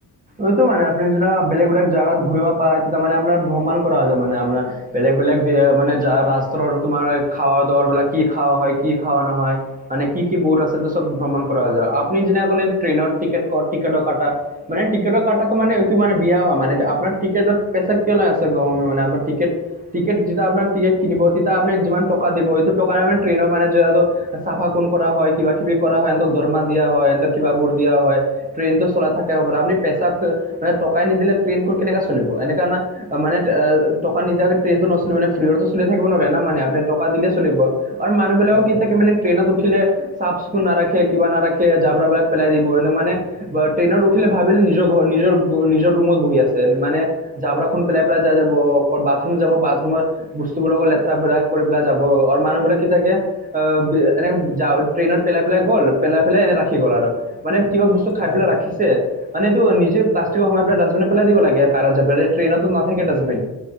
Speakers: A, on the right; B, on the left.
A: এইটো মানে আপুনি যেনকা বেলেগ বেলেগ জাগাত ঘূৰিব পায় তাৰমানে আপোনাৰ ভ্ৰমাণ কৰা হৈ যায় মানে আপোনাৰ। বেলেগ বেলেগ দে মানে ৰাষ্ট্ৰৰ তোমাৰ খাৱৰ দৱাৰ বিলাক কি খোৱা হয় কি খোৱা নহয় মানে কি কি বোৰ আছে ত সব ভ্ৰমণ কৰা যাব, আপনি যেনেকে কলে ট্ৰেইনৰ টিকেট কৰ টিকেটৰ কথা টিকেটৰ কটাটো মানে এইটো মানে বিয়া হয় মানে আপোনাৰ টিকেটত <unintelligible> আছে মানে আমাৰ টিকেট টিকেট যেতিয়া আপোনাৰ টিকেট কিনিব তেতিয়া আপনি যিমান টকা দিব এইটো টকাৰে মানে ট্ৰেইনৰ মানে জোৰাব। চাফা কুণ কৰা হয়, কিবা কিবি কৰা হয় ইহঁতক দৰমা দিয়া হয়, ইহঁতক কিব বোৰ দিয়া হয় ট্ৰেইনটো চলাই থাকে হবলা, আপুনি পেচাক মানে টকাই নিদিলে ট্ৰেইনখন কেনেকা চলিব এনেকা আমা অ মানে অ টকা নিদিয়াকে ট্ৰেইনতো নচলিব মানে ফ্ৰীয়টো চল থাকিব নোৱাৰে না মানে আপুনি টকা দিলে চলিব। আৰু মানুহ বিলাকো
B: হয়
A: কি থাকে মানে ট্ৰেইনত উঠিলে চাফ চিকুণ নাৰাখে কিবা নাৰাখে জাবৰা বিলাক পেলাই দিব এনো মানে বা ট্ৰেইনত উঠিলে ভাবিলে নিজৰ ঘৰ নিজৰ নিজৰ ৰুমত বহি আছে মানে জাবৰা খন পেলাই পেলাই যাই যাব, বাথৰুম যাব বাথৰুমত বস্তুবোৰ লগত লেতেৰা পেৰা কৰি পেলাই যাব আৰু মানুহ বিলাক কি থাকে অ এনেকে জা ট্ৰেইনত পেলাই পেলাই গ'ল পেলাই পেলাই এনে ৰাখি গ'ল আৰু। মানে কিবা বস্তু খায়
B: হয়
A: পেলাই
B: হয়
A: ৰাখিছে মানে এইটো নিজে প্লাষ্টিকৰ সোমাই পেলাই ডাষ্টবিনত পেলাই দিব লাগে বাৰ জাবৰাটো ট্ৰেইনতটো নাথাকে ডাষ্টবিন।